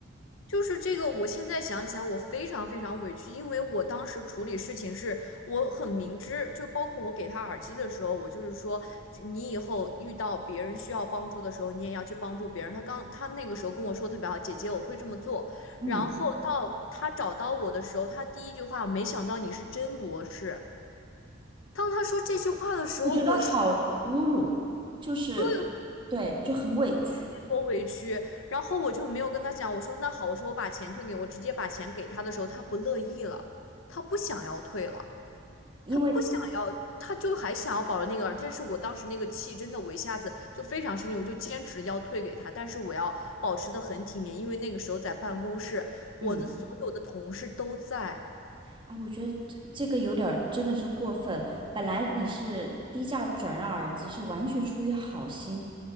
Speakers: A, on the left; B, on the right.
A: 就是这个，我现在想起来，我非常非常委屈，因为我当时处理事情是我很明知，就包括我给他耳机的时候，我就是说，你以后遇到别人需要帮助的时候，你也要去帮助别人。他刚他那个时候跟我说得特别好，姐姐，我会这么做。
B: 嗯，
A: 然后到他找到我的时候，他第一句话，没想到你是真博士。当他说这句话的时候，
B: 我觉得好侮辱，
A: 我
B: 就是
A: 对
B: 对，就很委屈，
A: 多委屈，然后我就没有跟他讲，我说那好，我说我把钱退给你我直接把钱给他的时候，他不乐意了，他不想要退了，
B: 因为
A: 他不想要，他就还想要保留那个，但是我当时那个气真的，我一下子就非常生气，我就坚持要退给他，但是我要保持的很体面，因为那个时候在办公室，我的所有的同事都在。
B: 嗯。啊，我觉得这这个有点儿真的是过分。本来你是低价转让耳机，是完全出于好心，